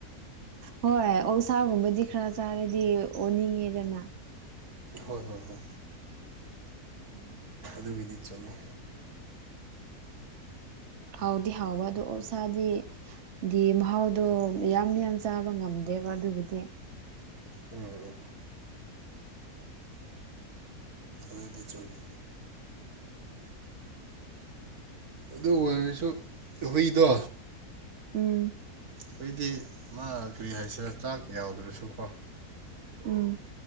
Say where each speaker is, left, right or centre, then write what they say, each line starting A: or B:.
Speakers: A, on the right; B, on the right.
A: ꯍꯣꯏ ꯑꯣꯛꯁꯥꯒꯨꯝꯕꯗꯤ ꯈꯔ ꯆꯥꯔꯗꯤ ꯑꯣꯟꯅꯤꯡꯉꯦꯗꯅ
B: ꯍꯣꯏ ꯍꯣꯏ ꯍꯣꯏ
A: ꯎꯝ
B: ꯑꯗꯨꯒꯤꯗꯤ ꯆꯨꯝꯃꯦ
A: ꯍꯥꯎꯗꯤ ꯍꯥꯎꯕ ꯑꯗꯣ ꯑꯣꯁꯥꯗꯤ ꯗꯤ ꯃꯍꯥꯎꯗꯣ ꯃꯤꯌꯥꯝ ꯃꯤꯌꯥꯝ ꯆꯥꯕ ꯉꯝꯗꯦꯕ ꯑꯗꯨꯕꯨꯗꯤ
B: ꯎꯝ ꯎꯝ ꯑꯗꯨꯗꯤ ꯆꯨꯝꯃꯤ ꯑꯗꯨ ꯑꯣꯏꯔꯁꯨ ꯍꯨꯏꯗꯣ
A: ꯎꯝ
B: ꯍꯨꯏꯗꯤ ꯃꯥ ꯀꯔꯤ ꯍꯥꯏꯁꯤꯔꯥ ꯆꯥꯛ ꯌꯥꯎꯗ꯭ꯔꯁꯨꯀꯣ
A: ꯎꯝ